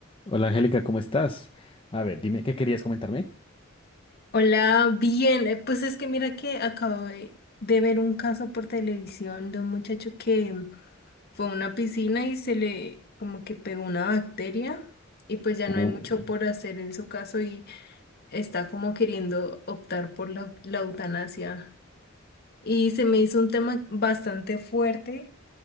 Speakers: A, on the left; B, on the left.
A: Hola Angélica, ¿cómo estás? A ver, dime, ¿qué querías comentarme?
B: Hola, bien. eh, Pues es que mira que acabo de, de ver un caso por televisión de un muchacho que fue a una piscina y se le como que pegó una bacteria y pues ya
A: Uy,
B: no hay mucho por hacer en su caso y está como queriendo optar por la, la eutanasia. Y se me hizo un tema bastante fuerte